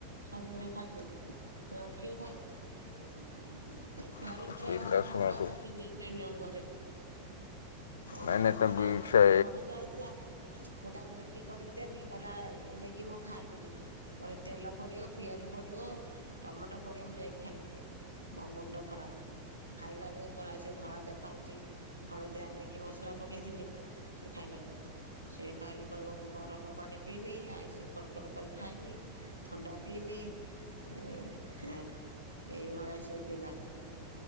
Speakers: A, on the right; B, on the left.
A: ସବୁ ନେ ଖାଦ୍ୟ ତ କିଏ ଖାଇବ ଭାରି
B: ପାଇଁ
A: ଛୁଆ
B: ପିଲା
A: ଭାରି
B: ଶୁଣନ୍ତୁ
A: ଝାମଲା କରୁଛନ୍ତି ନିଜ ଘରେ। ଅଣ୍ଡା
B: ନାଇଁ ନାଇଁ
A: ଖଣ୍ଡଣ୍ଡା
B: ତମେ ବି
A: ଆମର
B: ସେ
A: ଗୋଟେ ଘଣ ଯାଇଥିଲା ମୁଁ ତାକୁ ମେ ମଗ କରିକି ଦିନି କହିଲା ଇ ମ୍ୟାଗି ମୁଁ ଖାଇବିନି ଘ ତେଲ ପଡିବ ପିଆଜ ପଡିବ। ଟମାଟୋ ପଡିବ ମୁଁ ଯାଇକି ଖାଇବି ମୋ ମୁଣ୍ଡ ଟ ଖରାପ ଖାଇଲାନି କଲା ସେ ଧଳା ଦେଖାାଯାଉଛି ହଳଦୀ ଆମ କି ମସଲା ପକେଇଥିନି ସେ ଖାଇଲାନି। ସେି କାଲି କହିବ ମୁଁ ବରଫ ପାଣି ପିଇମି ଆଇସ୍ କଡ଼ କଡ଼ କରି ଖାଇମି ଥଣ୍ଡା ପିଇବି ଏଇ ଭଛି ପିଲା